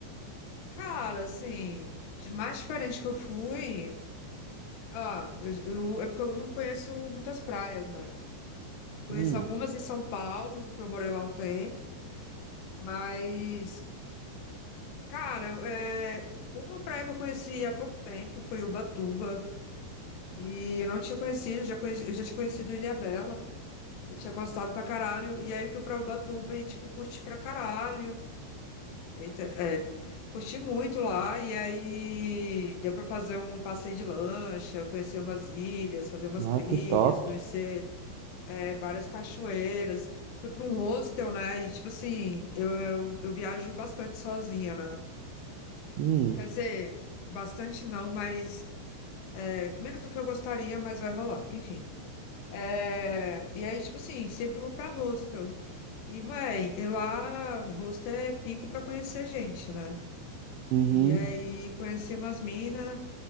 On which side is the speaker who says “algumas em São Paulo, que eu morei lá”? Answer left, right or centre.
Left